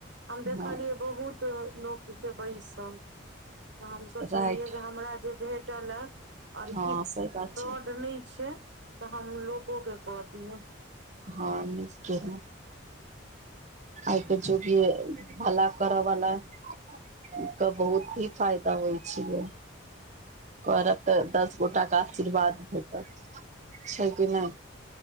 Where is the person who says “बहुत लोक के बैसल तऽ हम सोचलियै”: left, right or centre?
Right